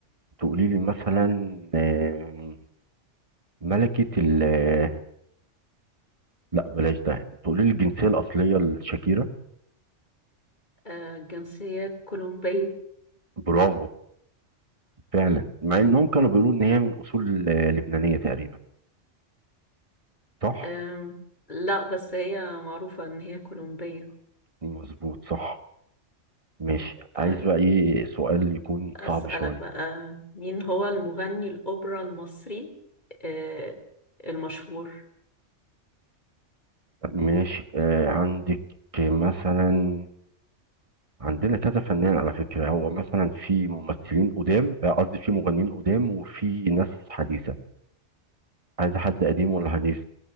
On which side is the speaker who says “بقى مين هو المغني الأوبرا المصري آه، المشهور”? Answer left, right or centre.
Left